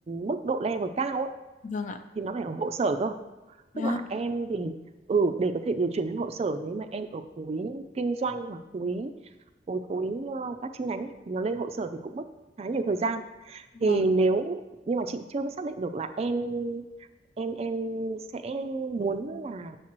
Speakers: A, on the right; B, on the left.
A: mức độ level cao ấy,
B: vâng ạ.
A: thì nó phải ở hội sở cơ
B: Đó,
A: tức là em thì ừ để có thể điều chuyển đến hội sở nếu mà em ở khối kinh doanh hoặc khối khối khối ờ, các chi nhánh ấy, thì nó lên hội sở thì cũng mất khá nhiều thời gian thì
B: vâng,
A: nếu nhưng mà chị chưa biết xác định được là em em em sẽ muốn là